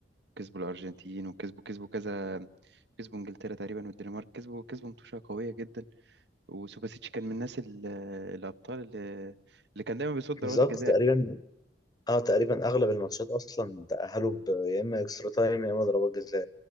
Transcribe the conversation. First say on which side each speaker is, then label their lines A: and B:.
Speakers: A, on the right; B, on the left.
A: كسبوا الارجنتين وكسبوا كسبوا كذا كسبوا انجلترا تقريبا والدنمارك كسبوا كسبوا ماتشات قويه جدا وسوباسيتش كان من الناس ال- الابطال اللي, اللي كان دايما بيصد ضربات
B: بالظبط
A: الجزاء
B: تقريبا آه تقريبا أغلب الماتشات أصلا تأهلوا ب- يا إما إكسترا تايم يا إما ضربات جزاء